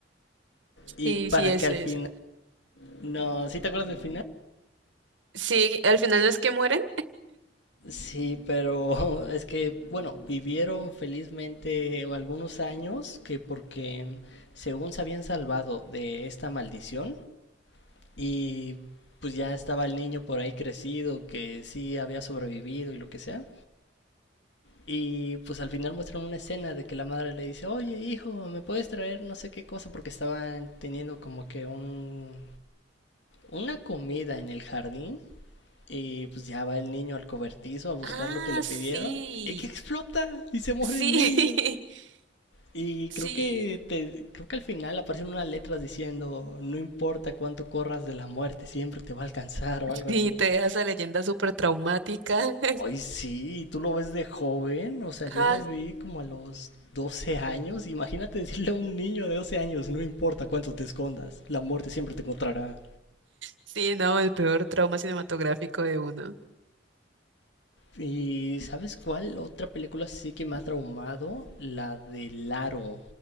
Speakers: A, on the left; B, on the right.
A: y,
B: Sí,
A: y para
B: sí, es
A: que al
B: esa.
A: final... No, ¿sí te acuerdas del final?
B: Sí, al final no es que mueren.
A: Sí, pero <laughs> es que, bueno, vivieron felizmente algunos años que porque según se habían salvado de esta maldición y pues ya estaba el niño por ahí crecido que sí había sobrevivido y lo que sea. Y pues al final muestran una escena de que la madre le dice, oye hijo, ¿me puedes traer no sé qué cosa? Porque estaban teniendo como que un, una comida en el jardín Y pues ya va el niño al cobertizo a buscar
B: Ah,
A: lo que le pidieron.
B: sí.
A: Y que explota y se muere
B: Sí.
A: el niño.
B: <laughs>
A: Y
B: Sí.
A: creo que te, creo que al final aparecen unas letras diciendo no importa cuánto corras de la muerte, siempre te va a alcanzar o algo
B: Sí,
A: así.
B: te deja esa leyenda súper traumática. <laughs>
A: Ay, sí, tú lo ves de joven, o sea, yo
B: Ah,
A: lo vi como a los 12 años. Imagínate decirle a un niño de 12 años, no importa cuánto te escondas, la muerte siempre te encontrará.
B: sí, no, el peor trauma cinematográfico de uno.
A: ¿Y sabes cuál otra película sí que me ha traumado? La de Laro.